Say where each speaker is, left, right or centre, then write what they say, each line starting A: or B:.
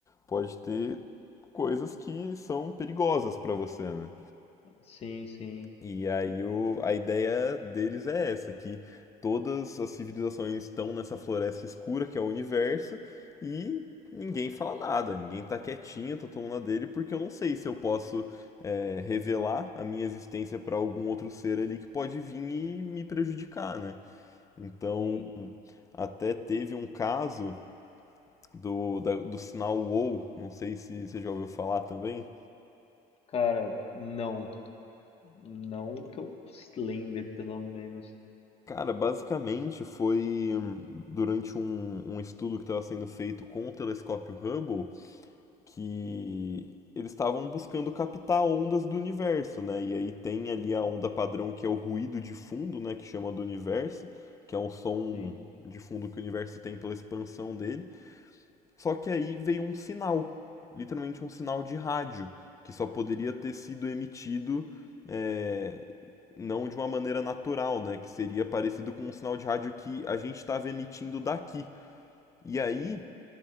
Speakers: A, on the left; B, on the left.
A: pode ter coisas que são perigosas para você, né?
B: Sim, sim,
A: E aí o, a ideia deles é essa, que todas as civilizações estão nessa floresta escura que é o universo e ninguém fala nada, ninguém tá quietinho, tá tomando a dele, porque eu não sei se eu posso é, revelar a minha existência para algum outro ser ali que pode vir e me prejudicar, né? Então
B: sim.
A: até teve um caso do, da- do sinal WoW, não sei se você já ouviu falar também.
B: Cara, não. Não que eu lembre, pelo menos.
A: Cara, basicamente foi hum, durante um, um estudo que estava sendo feito com o telescópio Hubble que eles estavam buscando captar ondas do universo, né? E aí tem ali a onda padrão que é o ruído de fundo, né? Que chama do universo, que é o som
B: Sim.
A: de fundo que o universo tem pela expansão dele. Só que aí veio um sinal, literalmente um sinal de rádio, que só poderia ter sido emitido é, não de uma maneira natural, né? Que seria parecido com um sinal de rádio que a gente estava emitindo daqui. E aí